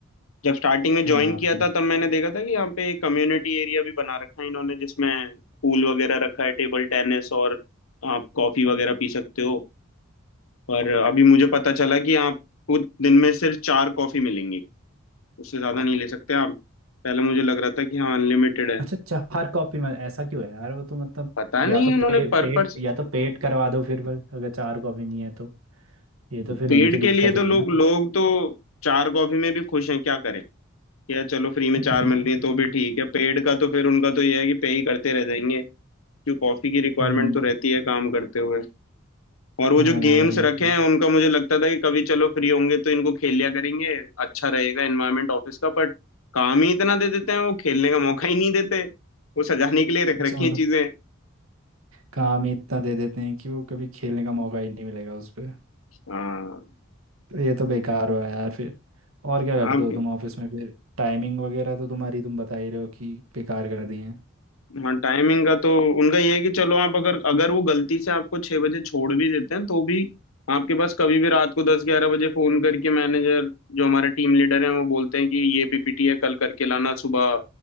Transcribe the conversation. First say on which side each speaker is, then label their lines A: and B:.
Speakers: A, on the left; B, on the right.
A: जब स्टार्टिंग में ज्वाइन
B: हाँ
A: किया
B: फिर
A: था तब मैंने देखा था कि यहाँ पे एक कम्युनिटी एरिया भी बना रखा है इन्होंने जिसमें पूल वगैरह रखा है टेबल टेनिस और आप कॉफी वगैरह पी सकते हो पर अभी मुझे पता चला कि आपको दिन में सिर्फ चार कॉफी मिलेंगी उससे ज्यादा नहीं ले सकते आप पहले मुझे लग रहा था कि हाँ अनलिमिटेड है
B: अच्छा चार कॉपी में ऐसा क्यों है यार वो तो मतलब
A: पता
B: या
A: नहीं
B: तो पे,
A: उन्होंने
B: पेट
A: पर पर्सन
B: या तो पेट करवा दो फिर पर अगर चार कॉपी नहीं है तो ये तो फिर
A: पेड़
B: उनकी दिक्कत
A: के लिए तो
B: हुई
A: लोग
B: ना
A: लोग तो चार कॉफी में भी खुश हैं क्या करें क्या चलो फ्री में
B: <laughs>
A: चार मिल रही है तो भी ठीक है पेड़ का तो फिर उनका तो यह है कि पे ही करते रह जाएंगे क्यों कॉफी की रिक्वायरमेंट
B: हम्म
A: तो रहती है काम करते हुए और वो
B: हाँ
A: जो गेम्स
B: यार ये भी
A: रखे
B: है।
A: हैं उनका मुझे लगता था कि कभी चलो फ्री होंगे तो इनको खेल लिया करेंगे अच्छा रहेगा एनवायरनमेंट ऑफिस का बट काम ही इतना दे देते हैं वो खेलने का मौका ही नहीं देते वो सजाने के लिए रख
B: अच्छा
A: रखी
B: मतलब
A: हैं चीजें
B: काम ही इतना दे देते हैं कि वो कभी खेलने का मौका ही नहीं मिलेगा उस पे <laughs> हम्म,
A: हाँ
B: तो ये तो बेकार हुआ यार फिर और क्या
A: आप
B: करते हो तुम ऑफिस में फिर टाइमिंग वगैरह तो तुम्हारी तुम बता ही रहे हो कि बेकार कर दी है
A: हाँ टाइमिंग का तो उनका ये है कि चलो आप अगर अगर वो गलती से आपको छह बजे छोड़ भी देते हैं तो भी आपके पास कभी भी रात को दस ग्यारह बजे फोन करके मैनेजर जो हमारे टीम लीडर हैं वो बोलते हैं कि ये पीपीटी है कल करके लाना सुबह